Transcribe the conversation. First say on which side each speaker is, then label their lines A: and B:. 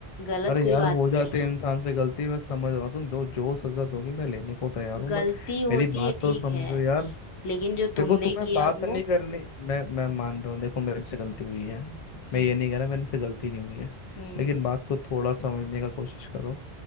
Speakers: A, on the left; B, on the left.
A: गलत
B: अरे
A: कोई
B: यार
A: बात
B: हो
A: नहीं
B: जाते
A: है
B: हैं इंसान से गलती मैं समझ रहा हूँ तुम दो जो सजा दोगी मैं लेने को तैयार हूँ
A: गलती
B: बट
A: होती
B: मेरी बात
A: है ठीक
B: तो समझो
A: है
B: यार
A: लेकिन जो
B: देखो
A: तुमने
B: तुम्हें
A: किया
B: बात
A: वो
B: नहीं करनी मैं मैं मान रहा हूँ देखो मेरे से गलती हुई है
A: हम्म
B: मैं ये नहीं कह रहा मेरे से गलती नहीं हुई है
A: हम्म
B: लेकिन बात को थोड़ा समझने का कोशिश करो